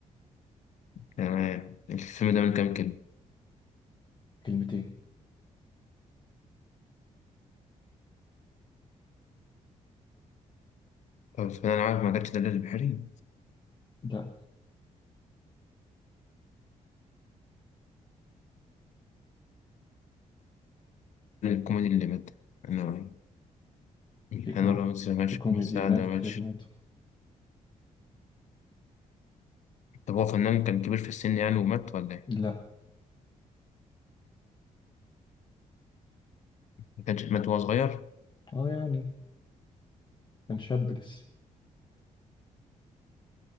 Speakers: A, on the left; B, on the left.
A: تمام الفيلم ده من كام كلمة؟
B: كلمتين
A: طب الفنانة عارف ما كانتش دليل البحري؟
B: لا
A: الكوميدي اللي مات أنا
B: في كو...
A: هاني رمزي ماشي
B: في كوميديانات
A: محمد سعد ماشي
B: كتير ماتوا
A: طب هو فنان كان كبير في السن يعني ومات ولا إيه؟
B: لا
A: ما كانش مات وهو صغير؟
B: اه يعني كان شاب لسه